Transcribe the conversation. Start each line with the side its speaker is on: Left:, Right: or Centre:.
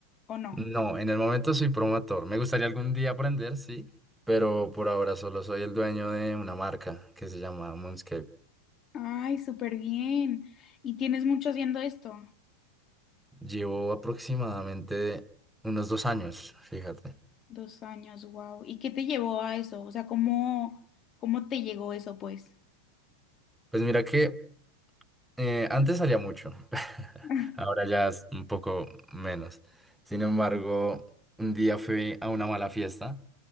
Left: ¿o no?
Centre: No, en el momento soy promotor. Me gustaría algún día aprender, sí, pero por ahora solo soy el dueño de una marca que se llama Moonscape.
Left: Ay, súper bien. ¿Y tienes mucho haciendo esto?
Centre: Llevo aproximadamente unos dos años, fíjate.
Left: Dos años, wow. ¿Y qué te llevó a eso? O sea, ¿cómo, cómo te llegó eso, pues?
Centre: Pues mira que eh, antes salía mucho, <laughs>
Left: <laughs>
Centre: ahora ya es un poco menos. Sin embargo, un día fui a una mala fiesta